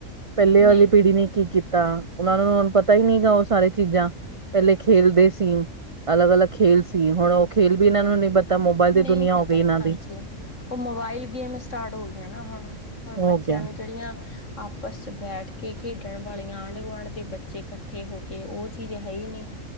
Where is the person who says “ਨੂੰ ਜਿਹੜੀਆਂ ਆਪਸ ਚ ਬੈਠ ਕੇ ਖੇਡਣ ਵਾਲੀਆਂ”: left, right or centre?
Left